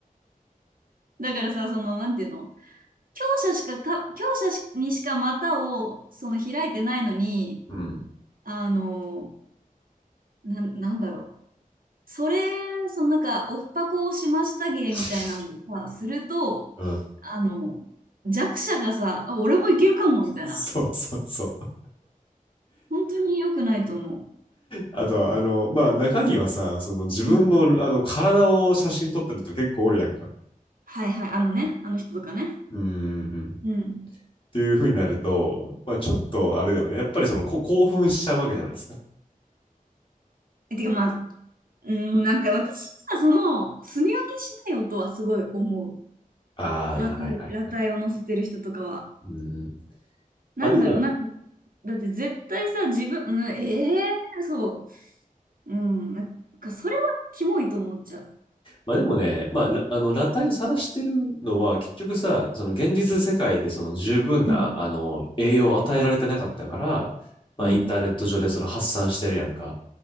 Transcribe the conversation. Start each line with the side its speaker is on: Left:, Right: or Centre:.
Right: だからさ、その、なんていうの、強者しか、た、強者しにしか股を、その、開いてないのに、
Left: うん。
Right: あの、なん、なんだろう。それ、その、なんか、オフパコをしました芸みたいなのをさ、
Left: <laughs>
Right: すると、
Left: うん。
Right: あの、弱者がさ、あ、俺もいけるかも、みたいな。
Left: そうそうそう。
Right: 本当に良くないと思
Left: あと、あの、まあ、中にはさ、その自分の、
Right: う。うん。
Left: あの、体を写真撮ってる人結構おるやんか。
Right: はいはい。あのね、あの人とかね。
Left: うん。
Right: うん。
Left: っていう風になると、まあ、ちょっとあれだよね。やっぱりそのこ興奮しちゃうわけじゃないですか。
Right: えてか、まあ、うん、なんか私はその、住み分けしない音はすごい思う。
Left: ああ、
Right: 裸体、
Left: はいはいはい。
Right: 裸体を乗せてる人とかは。
Left: うん。
Right: なんだろう、
Left: まあでも、
Right: なんか、だって絶対さ、自分、うん、ええそう。うん、なんかそれはキモいと思っちゃう。
Left: まあでもね、まあ、らあの、裸体を晒してるのは、結局さ、その現実世界でその十分な、
Right: うん、
Left: あの、栄養を与えられてなかったから、まあインターネット上でその発散してるやんか。
Right: うん、